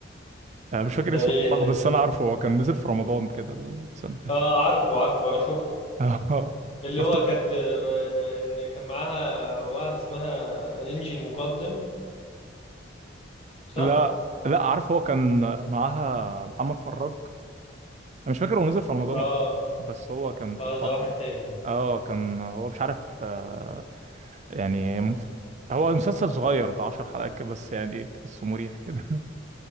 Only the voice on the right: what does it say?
آه مش فاكر
اسمه
صح بس انا عارفه هو كان نزل في رمضان كده السنة اللي فاتت
<laughs> آه،
شفت
لا لا عارف هو كان معاها محمد فراج انا مش فاكر هو نزل في رمضان
ولا لأ، بس هو كان في
الفترة
دي.
اه كان هو مش عارف آه، يعني مف... هو مسلسل صغير ده 10 حلقات كده بس يعني إيه، تحسه مريح كده